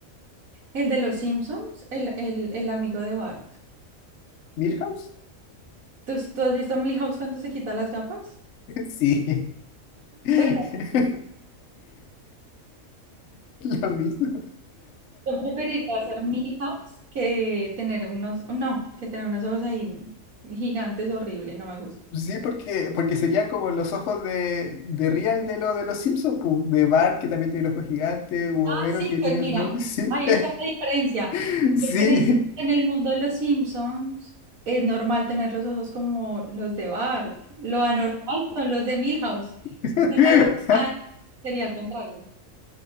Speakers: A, on the right; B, on the left.
A: el de los Simpsons? El, el, el amigo de Bart.
B: ¿Milhouse? <laughs>
A: ¿Tú, tú has visto Milhouse cuando se quita las gafas?
B: Sí. <laughs>
A: Pues
B: Lo mismo.
A: Yo preferiría hacer Millie House que tener unos, no, que tener unos ojos ahí gigantes, horrible, no me gusta.
B: Sí, porque, porque serían como los ojos de, de Real de, lo, de los Simpsons, pu, de Bart, que también tiene los ojos gigantes u
A: Ah,
B: Homero,
A: sí,
B: que
A: pues
B: tiene
A: mira,
B: los ojo. Sí,
A: ahí está la diferencia.
B: <laughs> sí.
A: Es que en el, en el mundo de los Simpsons es normal tener los ojos como los de Bart. Lo anormal son los de Milhouse.
B: <laughs>
A: Pero la diferencia sería al contrario.